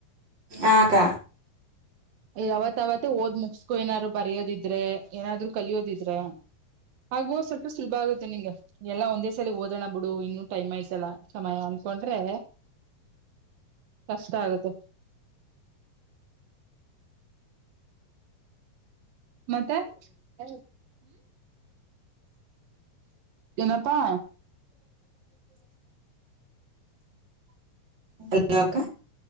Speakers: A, on the right; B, on the right.
A: ಆ ಅಕ್ಕ
B: ಅ ಯಾವತ್ಾವತ್ತ ಓದ್ ಮುಗಸ್ಕೊ ಏನಾದಾರ್ರು ಬರಯೋದಿದ್ರೆ ಏನಾದ್ರು ಕಲಿಯೋದಿದ್ರ ಆಗ್ುವೋ ಸ್ವಲ್ಪ ಸುಲಭ ಆಗುತ್ತೆ ನಿಂಗೆ ಎಲ್ಲ ಒಂದೇ ಸಲ ಓದೋಣ ಬಿಡು ಇನ್ನುೂ ಟೈಮ್ ಆಐ್ತಲ್ಲ ಸಮಯ ಅನ್ಕೊಂಡ್ರೆ ಕಷ್ಟ ಆಗುತ್ತೆ ಮತ್ತೆ ಹೂ ಏನಪ್ಪಾ
A: ಹಲಕ ಏನು ಅಕ್ಕ